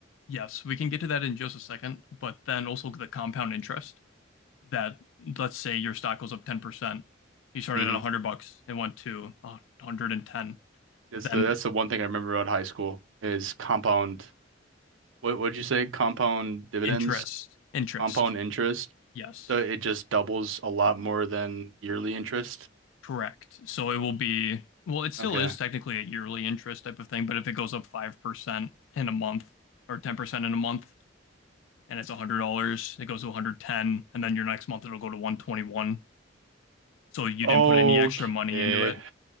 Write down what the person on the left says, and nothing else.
yes, we can get to that in just a second, but then also the compound interest that let's say your stock goes up 10%. You started
at 100 bucks and went to uh, 110.
Then
interest, interest.
Yes.
Correct. So it will be, well, it still
is technically a yearly interest type of thing, but if it goes up 5% in a month or 10% in a month and it's $100, it goes to 110 and then your next month it'll go to 121. So you
didn't put any extra money into it,